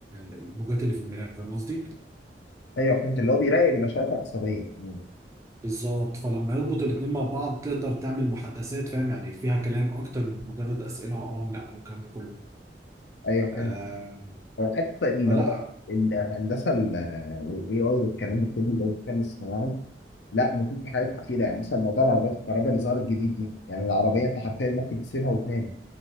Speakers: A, on the right; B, on the left.
A: الموجات اللي في الدماغ فاهم قصدي
B: ايوه فهمت اللي هو بيراقب الاشارات العصبيه عموماً.
A: بالظبط فلما يربط الاتنين مع بعض تقدر تعمل محادثات فاهم يعني فيها كلام اكتر من مجرد اسئله اه ولا والكلام ده كله
B: ايوه
A: آه
B: فهمت هو حتى اللي
A: فلا
B: هو الهندسه ال- والاي اي والكلام ده كله اللي هو الذكاء الاصطناعي لا مفيد في حاجات كتيره يعني مثلا موضوع العربيات الكهرباء اللي ظهرت جديد دي يعني العربيه انت حرفيا ممكن تسيبها وتنام